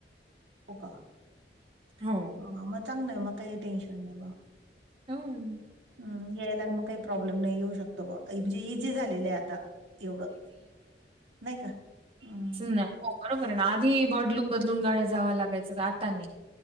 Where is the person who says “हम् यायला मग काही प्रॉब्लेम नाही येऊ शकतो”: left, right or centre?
Right